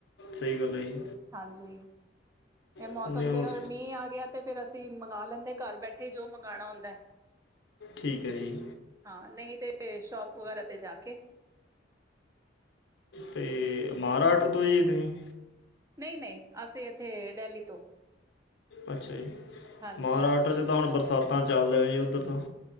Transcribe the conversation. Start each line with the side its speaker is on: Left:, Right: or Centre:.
Left: ਸਹੀ ਗੱਲਾਂ ਜੀ
Right: ਹਾਂਜੀ ਇਹ ਮੌਸਮ
Left: ਉਹਨੇ ਉਹ
Right: ' ਅ ਮੀਂਹ ਆ ਗਿਆ ਤੇ ਫੇਿਰ ਅਸੀਂ ਮੰਗ ਲੈਂਦੇ ਘਰ ਬੈਠੇ ਜੋ ਮੰਗਵਾਉਣਾ ਹੁੰਦਾ ਹੈ
Left: ਠੀਕ ਹੈ ਜੀ
Right: ਹਾਂ ਨਹੀਂ ਤਾਂ ਸ਼ੋਪ ਵਗੈਰਾ 'ਤੇ ਜਾ ਕੇ
Left: ਤੇ ਮਹਾਰਾਸ਼ਟਰ ਤੋਂ ਜੀ ਤੁਸੀਂ
Right: ਨਹੀਂ ਨਹੀਂ ਅਸੀਂ ਇੱਥੇ ਡੇਲੀ ਤੋਂ
Left: ਅੱਛਾ ਜੀ
Right: ਹਾਂਜੀ
Left: ਮਹਾਰਾਸ਼ਟਰ
Right: ਹਾਂਜੀ
Left: 'ਚ ਤਾਂ ਹੁਣ ਬਰਸਾਤਾਂ ਚੱਲਦਾ ਹੈ ਜੀ ਉੱਧਰ ਤਾਂ